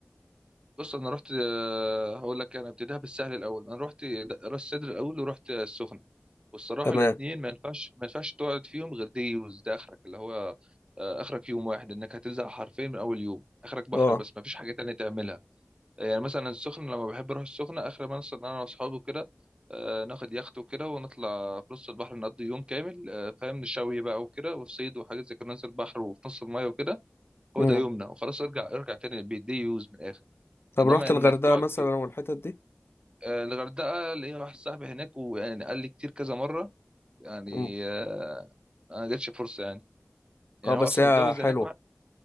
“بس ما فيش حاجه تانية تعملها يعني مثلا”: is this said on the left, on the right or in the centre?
Right